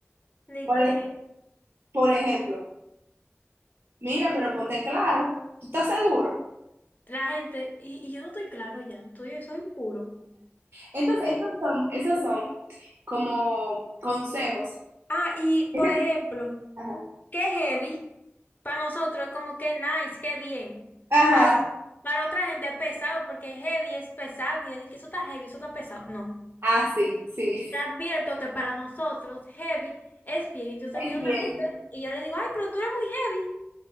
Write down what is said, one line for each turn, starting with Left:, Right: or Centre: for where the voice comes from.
Left: De
Right: Por,
Left: que
Right: ej- por ejemplo, mira, pero ponte claro, ¿tú estás seguro?
Left: la gente, y, y yo no estoy claro ya, estoy, soy oscuro.
Right: Entonces, esos son, esos son como consejos.
Left: Ah, y
Right: <laughs>
Left: por ejemplo,
Right: Ajá,
Left: qué heavy, para nosotros es como que nice, qué bien.
Right: Ajá.
Left: Pero para otra gente es pesado, porque heavy es pesado, y es de que eso está heavy, eso está pesado. No.
Right: ah, sí, sí,
Left: Te advierto que para nosotros heavy es bien. Entonces
Right: es
Left: viene
Right: bien.
Left: una gente y yo le digo, ay, pero tú eres muy heavy.